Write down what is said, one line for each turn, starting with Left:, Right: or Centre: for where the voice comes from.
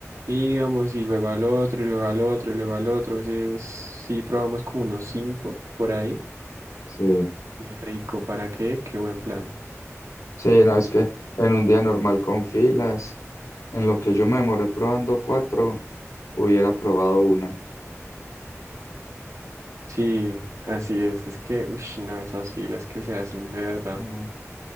Right: íbamos y luego al otro, y luego al otro, y luego al otro. Entonces sí probamos como unos cinco por ahí.
Left: sí,
Right: Qué rico, ¿para qué? Qué buen plan.
Left: sí, no, es que en un día normal con filas, en lo que yo me demoré probando cuatro, hubiera probado una.
Right: Sí, así es. Es que, uy, no, esas filas que se hacen de verdad.
Left: Mm,